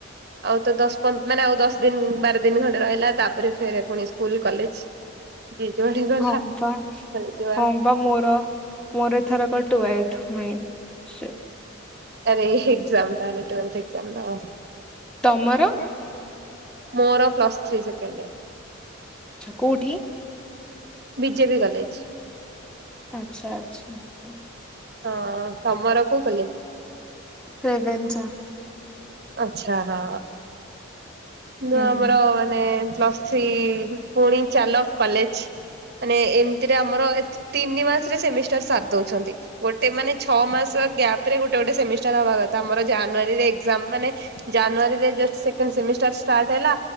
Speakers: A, on the right; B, in the centre.
A: ଆଉ ତ ଦଶ ପନ୍ଦ ମାନେ ଆଉ ଦଶ ଦିନ ଉଁ, ବାର ଦିନ ଖଣ୍ଡେ ରହିଲା ତାପରେ ଫେରେ ପୁଣି ସ୍କୁଲ୍ କଲେଜ୍। ଯିଏ ଯୁଆଡେ ଗଲା
B: ହଁ
A: <unintelligible>
B: ବା ହଁ ବା ମୋର ମୋର ଏଥରକ ଟୁଏଲଥ୍ ମୁଇଁ ସେ
A: ଆରେ ଏକ୍ଜାମ୍ ତାହେଲେ ଟୁଏଲଥ୍ ଏକ୍ଜାମ୍ ଦବ।
B: ତୋମର?
A: ମୋର ପ୍ଲସ୍ ଥ୍ରୀ ସେକେଣ୍ଡିୟର୍।
B: ଆଚ୍ଛା କୋଉଠି?
A: BJP college.
B: ଆଚ୍ଛା, ଆଚ୍ଛା।
A: ହଁ ତମର କୋଉ କଲେଜ?
B: ରେଭେନ୍ସା।
A: ଆଚ୍ଛା ହ। ନୁଆ
B: ହୁଁ
A: ଆମର ମାନେ ପ୍ଲସ୍ ଥ୍ରୀ ପୁଣି ଚାଲ କଲେଜ୍। ମାନେ ଏମିତିରେ ଆମର ଏତ୍- ତିନି ମାସରେ ସେମିଷ୍ଟାର୍ ଦଉଛନ୍ତି। ଗୋଟେ ମାନେ ଛଅ ମାସ ଗ୍ୟାପ୍ ରେ ଗୋଟେ ଗୋଟେ ସେମିଷ୍ଟାର୍ ହବା କଥା ଆମର ଜାନୁଆରୀରେ ଏକ୍ଜାମ୍ ମାନେ ଜାନୁଆରୀରେ ଜଷ୍ଟ୍ ସେକେଣ୍ଡ୍ ସେମିଷ୍ଟାର୍ ଷ୍ଟାଟ୍ ହେଲା